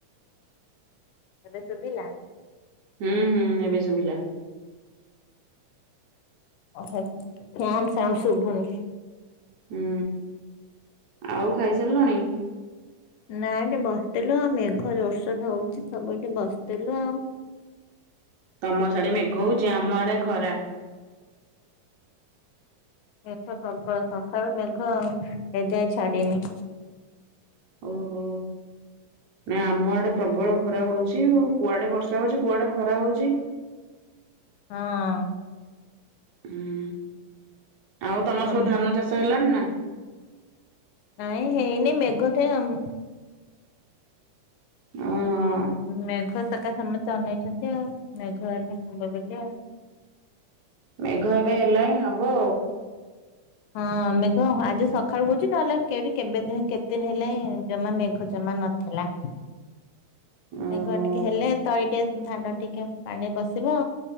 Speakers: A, on the left; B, on the right.
A: ଏବେ ଶୁଭିଲା?
B: ହୁଁ, ହୁଁ ଏବେ ଶୁଭିଲା।
A: ଫ୍ୟାନ ସାଉଣ୍ଡ ଶୁଭୁନି।
B: ହୁଁ ଆଉ ଖାଇସାରିଲଣି?
A: ନା ଏନା ବସିଥିଲୁ ମେଘ ଜୋରସୋର ରେ ହଉଛି ତ ସବୁ ଏଠି ବସିଥିଲୁ।
B: ତମ ସିଆଡେ ମେଘ ହଉଛି ଆମ ଆଡେ ଖରା।
A: ଏଥର ପ୍ରବଳ ସକାଳୁ ମେଘ ଏ ଯାଏ ଛାଡିିନି।
B: ଓହୋ ନାଇ ଆମ ଆଡେ ପ୍ରବଳ ଖରା ହଉଚି ଆଉ। କୁଆଡେ ବର୍ଷା ହଉଛି କୁଆଡେ ଖରା ହଉଛି।
A: ହଁ।
B: ହଁ ଆଉ ତମର
A: ହୁଁ
B: ସବୁ ଧାନ ଚାଷ ହେଲାଣି ନା?
A: ନାଇଁ ହେଇନି ମେଘ ତ ଏ ଆମ
B: ଓହୋ।
A: ମେଘ ସକାସେ ସମସ୍ତେ ଅନେଇଛନ୍ତି ଆଉ ମେଘ ହେଲେ ହବ ବୋଲି ଆଉ।
B: ମେଘ ଏବେ ହେଲାଣି ହବ।
A: ହଁ ମେଘ ହ ଆଜି ସକାଳୁ ହଉଛିି ତାହେଲେ କେରି କେବେ ଦିନ କେତେ ଦିନ ହେଲେ ହି ଜମା ମେଘ ଜମା ନ ଥିଲା।
B: ଓହୋ
A: ଘର ଟିକେ ହେଲେ ତ ଏ ଟିକେ ଧାନ ଟିକେ ପାଣି ବସିବ,